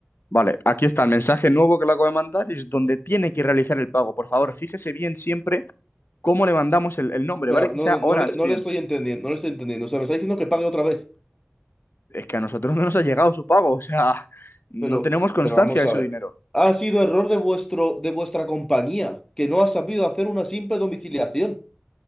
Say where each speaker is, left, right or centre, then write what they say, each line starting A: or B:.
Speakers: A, on the left; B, on the left.
A: Vale, aquí está el mensaje nuevo que le acabo de mandar. Es donde tiene que realizar el pago. Por favor, fíjese bien siempre cómo le mandamos el, el nombre,
B: Pero
A: ¿vale? Que
B: no,
A: sea
B: no, no
A: Orange,
B: le, no
A: bien.
B: le estoy entendiendo, no le estoy entendiendo. O sea, me está diciendo que pague otra vez.
A: Es que a nosotros no nos ha llegado su pago. <laughs> O sea, no
B: Pero,
A: tenemos constancia
B: pero vamos
A: de
B: a
A: su
B: ver.
A: dinero.
B: Ha sido error de vuestro, de vuestra compañía, que no ha sabido hacer una simple domiciliación.